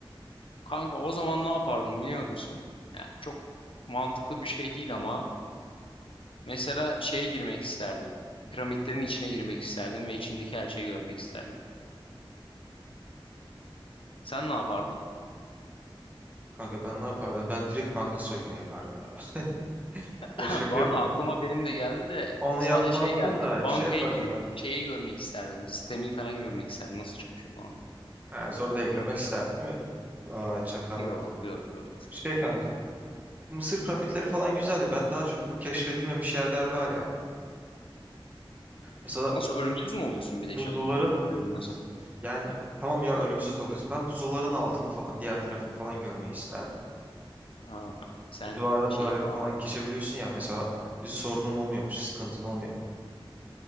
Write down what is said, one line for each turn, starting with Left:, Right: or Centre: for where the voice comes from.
Left: Kanka o zaman ne yapardım biliyor musun? Yani çok mantıklı bir şey değil ama mesela şeye girmek isterdim. Piramitlerin içine girmek isterdim ve içindeki her şeyi görmek isterdim. Sen ne yapardın?
Right: Kanka ben ne yapardım? Ben direkt banka soygunu yapardım ya. <laughs>
Left: <laughs>
Right: Ya şaka
Left: Bu
Right: yapıyorum.
Left: arada aklıma benim de geldi de
Right: Onu
Left: sadece
Right: yapmazdım
Left: şey geldi.
Right: da
Left: Bankaya
Right: şey yapardım
Left: girip
Right: ya.
Left: şeyi görmek isterdim. Sistemi falan görmek isterdim. Nasıl çalışıyor falan.
Right: Yani sonra da eklemek isterdin değil mi? Vay çakal.
Left: Yok yok yok.
Right: Şey kanka. Mısır piramitleri falan güzeldi. Ben daha çok bu keşfedilmemiş yerler var ya. Mesela
Left: Nasıl ölümsüz mü oluyorsun bir
Right: buzulların
Left: de şey olunca? Görünmezim.
Right: yani tamam ya ölümsüz de oluyorsun. Ben buzulların altını falan diğer tarafını falan görmeyi isterdim.
Left: Ha, sen
Right: E, Duvardan
Left: şey
Right: duvara
Left: falan
Right: falan geçebiliyorsun ya mesela bir sorunun olmuyor, bir sıkıntın olmuyor.